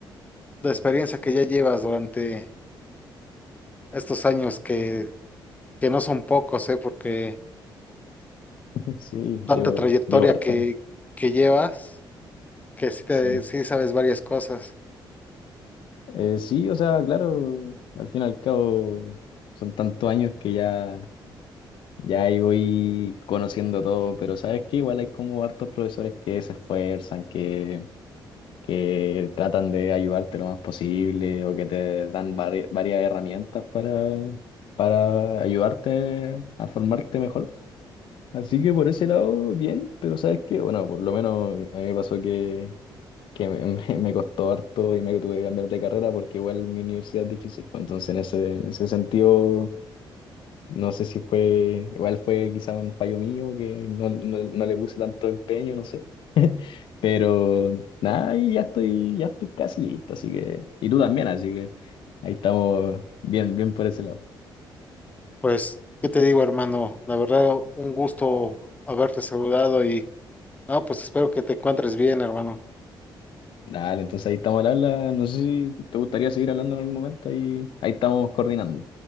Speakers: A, on the left; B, on the left.
A: la experiencia que ya llevas durante estos años que, que no son pocos, ¿eh? Porque
B: <laughs> Sí,
A: tanta
B: yo
A: trayectoria
B: yo harta.
A: que, que llevas, que sí, te,
B: Sí.
A: sí sabes varias cosas.
B: Eh, sí, o sea, claro, al fin y al cabo son tantos años que ya, ya ahí voy conociendo todo, pero sabes que igual hay como hartos profesores que se esfuerzan, que que tratan de ayudarte lo más posible o que te dan vari- varias herramientas para, para ayudarte a formarte mejor. Así que por ese lado, bien, pero ¿sabes qué? Bueno, por lo menos a mí me pasó que, que me, <laughs> me- me costó harto y me tuve que cambiar de carrera porque igual mi universidad es difícil. pues, entonces, en ese, en ese sentido, no sé si fue, igual fue quizá un fallo mío que no, no no le puse tanto empeño, no sé. Pero nada, y ya estoy, ya estoy casi listo, así que, y tú también, así que ahí estamos bien, bien por ese lado.
A: Pues, ¿qué te digo, hermano? La verdad, un gusto haberte saludado y, no, pues espero que te encuentres bien, hermano.
B: Dale, entonces ahí estamos al habla. No sé si te gustaría seguir hablando en algún momento, ahí, ahí estamos coordinando.